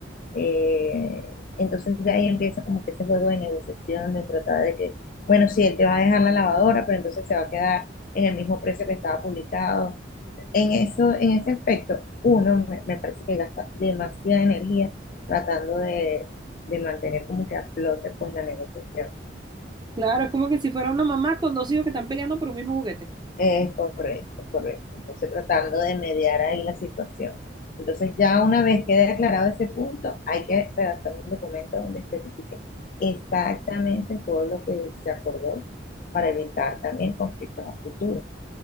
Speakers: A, on the left; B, on the right.
A: Eh, entonces de ahí empieza como que ese juego de negociación, de tratar de que, bueno, sí, él te va a dejar la lavadora, pero entonces se va a quedar en el mismo precio que estaba publicado. En eso, en ese aspecto, uno me, me parece que gasta demasiada energía tratando de, de mantener como que a flote pues la negociación.
B: Claro, es como que si fuera una mamá con dos hijos que están peleando por un mismo juguete.
A: Es correcto, es correcto. Entonces tratando de mediar ahí la situación. Entonces ya una vez quede aclarado ese punto, hay que redactar un documento donde especifique exactamente todo lo que se acordó para evitar también conflictos a futuro.